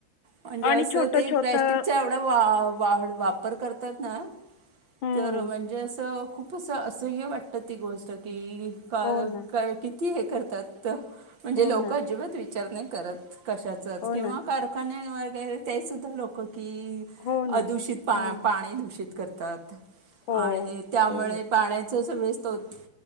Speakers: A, on the right; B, on the left.
A: म्हणजे
B: आणि
A: असं
B: छोटं-छोटं
A: ते प्लस्टिकचा एवढा वा वाढ वापर करतात ना
B: हं.
A: तर म्हणजे असं खूप तसं असं हे वाटतं ती गोष्ट की का
B: हो ना,
A: का किती किती हे करतात त म्हणजे
B: हो
A: लोक
B: ना,
A: अजिबात विच विचार नाही करत कशाचच
B: हो
A: किंवा
B: ना,
A: कारखान्यावर ते ते सुद्धा लोक की
B: हो ना,
A: अदूषित पा
B: हो ना.
A: पाणी दूषित. करतात.
B: हो,
A: आणि त्यामुळे
B: हो.
A: पाण्याच सगळे हे